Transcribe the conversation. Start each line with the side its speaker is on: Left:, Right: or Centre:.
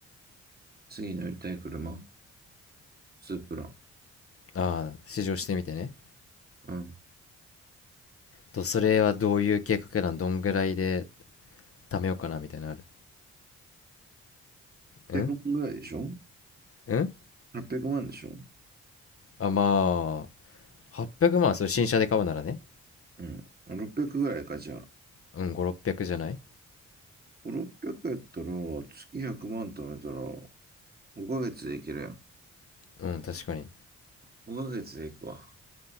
Right: 次乗りたい車スープラ。
Left: ああ、試乗してみてね。
Right: うん。
Left: と、それはどういう計画なんどんぐらいで貯めようかなみたいなのあるうん
Right: 800万ぐらいでしょ
Left: うん
Right: ?800 万でしょ
Left: あまあ800万それ新車で買うならね
Right: うん。600ぐらいか、じゃあ。
Left: うん500600じゃない
Right: 5、600やったら、月100万貯めたら、5ヶ月でいけるやん。
Left: うん確かに
Right: 5ヶ月で行くわ。